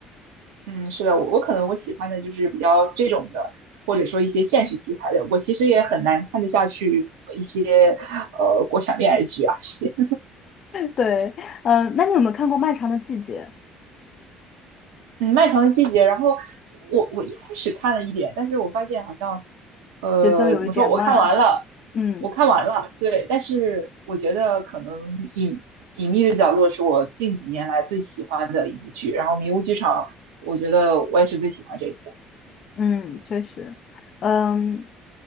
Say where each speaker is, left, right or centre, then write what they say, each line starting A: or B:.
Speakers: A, on the right (about 70°); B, on the left (about 45°).
A: 嗯，是的，我我可能我喜欢的就是比较这种的，或者说一些现实题材的。我其实也很难看得下去一些呃国产恋爱剧啊这些。
B: 对，嗯，那你有没有看过《漫长的季节》？
A: <laughs> 嗯，《漫长的季节》，然后我我一开始看了一点，但是我发现好像呃怎么说，
B: 节奏有一点慢，
A: 我看完了，
B: 嗯
A: 我看完了，对，但是我觉得可能隐隐秘的角落是我近几年来最喜欢的一部剧，然后《迷雾剧场》，我觉得我也是最喜欢这一部。
B: 嗯，确实，嗯，